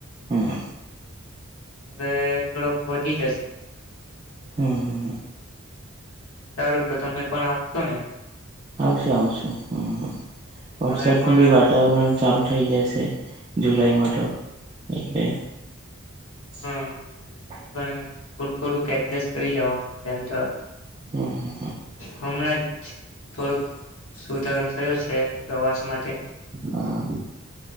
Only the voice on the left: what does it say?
હવે થોડોક વધી જશે
સારું તો તમે પણ આપશો ને
મારે પણ
હા
હા એ પણ થોડું થોડુંક એડજસ્ટ કરી લેવાનું આપડે એમ તો
હમણાં જ થોડોક સુધારો થયો છે, પ્રવાસ માટે